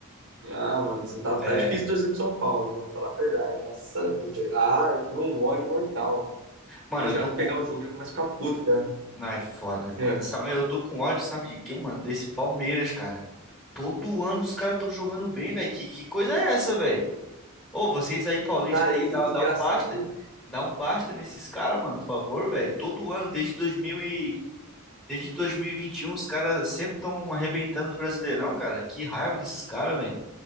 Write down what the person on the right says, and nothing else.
Ah, mano, você tá,
tá difícil torcer pro São Paulo, viu? Vou falar a verdade. Nossa vida. Ah, eu tenho um ódio mortal.
Eu já
pegar o jogo, já começo a ficar puto já.
É.
Cara,
e,
e
engraçado
que